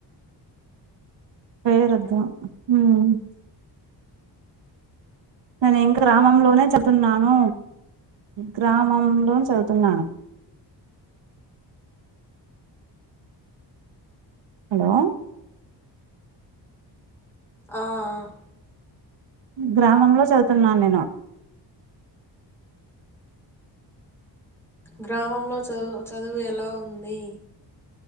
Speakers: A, on the right (about 75°); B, in the centre.
A: వేరొద్ద మ్మ్ నేను ఇంక గ్రామంలోనే చెప్తున్నాను గ్రామం లోను చదువుతున్నాను హలో
B: ఆ ఆ
A: గ్రామంలో చదువుతున్నాను నేను
B: గ్రామంలో చదు చదువు ఎలా ఉంది